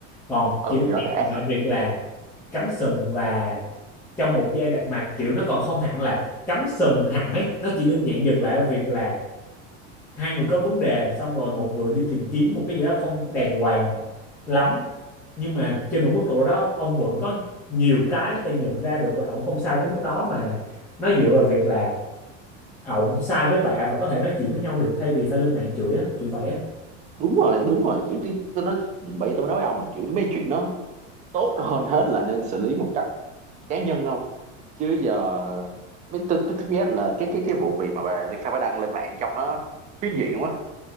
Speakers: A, in the centre; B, on the right (about 20°).
A: còn
B: ừ
A: chỉ đơn
B: thì nó thể ác
A: giản lại
B: thật
A: việc là cắm sừng và trong một giai đoạn mà kiểu nó còn không hẳn là cắm sừng hẳn ấy nó chỉ đơn giản dừng lại ở việc là hai người có vấn đề xong rồi một người đi tìm kiếm một cái gì đó không đàng hoàng lắm nhưng mà trên một mức độ đó ông vẫn có nhiều cái nó thể nhận ra được là ông không sai tới mức đó mà nó dựa vào việc là ổng sai với bạn và có thể nói chuyện với nhau được thay vì phải lên mạng chửi á kiểu vậy á
B: đúng rồi đúng rồi kiểu chứ tôi nói bởi vì tôi mới nói với ông là kiểu mấy chuyện nó tốt hơn hết là nên xử lý một cách cá nhân không chứ giờ mấy tôi tôi tôi biết là cái cái cái vụ việc mà bà Liên Phan mới đăng lên mạng trong nó phiến diện quá